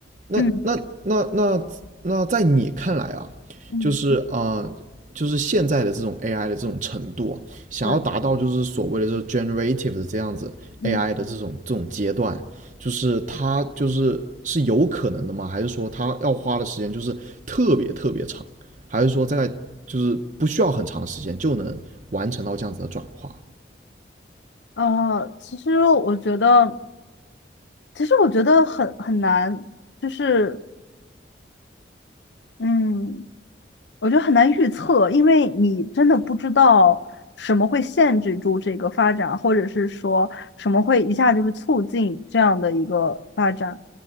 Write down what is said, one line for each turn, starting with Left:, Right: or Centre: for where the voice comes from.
Right: 那那那那那在你看来啊，
Left: 嗯嗯，
Right: 就是啊、呃就是现在的这种 AI 的这种程度啊想要达到就是所谓的这
Left: 对。
Right: generative 的这样子
Left: 嗯，
Right: AI 的这种这种阶段，就是它就是是有可能的吗？还是说它要花的时间就是特别特别长？还是说在就是不需要很长的时间就能完成到这样子的转化？
Left: 呃，其实我觉得。其实我觉得很很难，就是嗯，我觉得很难预测，因为你真的不知道什么会限制住这个发展，或者是说什么会一下就是促进这样的一个发展。